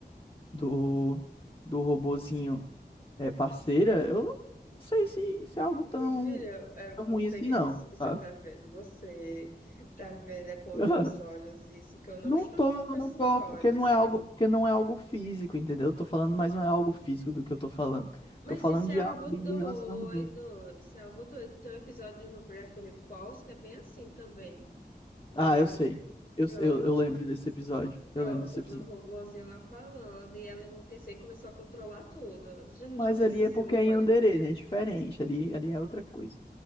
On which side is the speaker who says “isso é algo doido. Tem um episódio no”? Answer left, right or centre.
Left